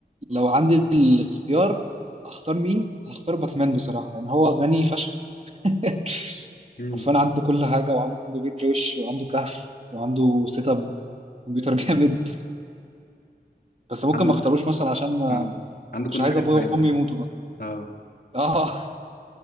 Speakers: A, on the right; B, on the left.
A: لو عندي الاختيار اختار مين هختار باتمان بصراحه يعني هو غني فشخ <laughs>
B: مم.
A: عارفان عنده كل حاجه وعنده بيت روش وعنده كهف وعنده سيت اب كمبيوتر <laughs> جامد بس ممكن
B: عنده
A: ما اختاروش مثلا عشان ما-
B: آه. عنده
A: مش
B: كل
A: عايز
B: حاجة
A: ابويا
B: انت عايزها
A: وامي يموتوا مثلا
B: اه
A: اه <laughs>